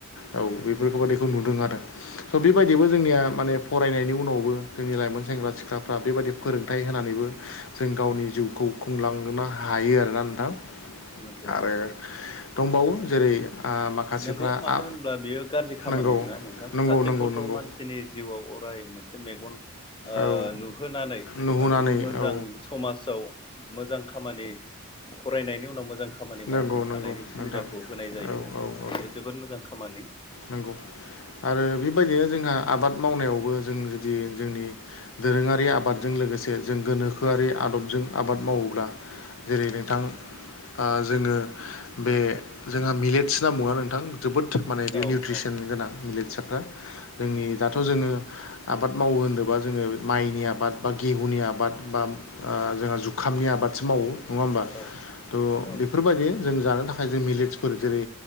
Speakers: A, on the left; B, on the left.
A: औ बेफोरखौबादिखौ नुदों आरो। स' बेबायदिबो जोंनिया माने फरायनायनि उनावबो जोंनि लाइमोन सेंग्रा सिख्लाफ्रा बेबायाददि फोरोंथाइ होनानैबो जों गावनि जिउखौ खुंलांनो हायो आरोना नोंथां।
B: <unintelligible>
A: आरो दंबावो जेरै आ माखासेफ्रा
B: नंगौ मानो
A: आ
B: होनब्ला बियो गाज्रि खामानि
A: नंगौ
B: नङा नोंथां।
A: नंगौ
B: सासे
A: नंगौ
B: गथ'
A: नंगौ
B: मानसि मानसि जिउआव अराय मोनसे मेगन ओ
A: औ
B: नुहोनानै
A: नुहोनानै
B: माने मोजां
A: औ
B: समाजाव मोजां खामानि फरायनायनि उनाव मोजां खामानि मावहोनो
A: नंगौ नंगौ
B: हानायनि सुबिदाखौ
A: नोंथां
B: होनना जायो।
A: औ औ औ
B: जोबोद मोजां खामानि।
A: नंगौ आरो बेबायदिनो जोंहा आबाद मावनायावबो जों जुदि जोंनि दोरोङारि आबादजों लोगोसे जों गोनोखोआरि आदबजों आबाद मावोब्ला जेरै नोंथां आं जोङो बे जोंहा मिलेट्स होनना बुङा नोंथां जोबोद माने बेयो
B: औ
A: निउट्रिसन
B: औ
A: गोनां मिलेटसाफ्रा। जोंनि दाथ' जोङो आबाद मावो होनोबा जोङो माइनि आबाद बा गेहुनि आबाद बा ओ जोंहा जुखामनि आबादसो मावो नङा होमबा?
B: <inaudible>
A: थह
B: औ
A: बेफोरबायदि जों जानो थाखाय साय मिलेटसफोर जेरै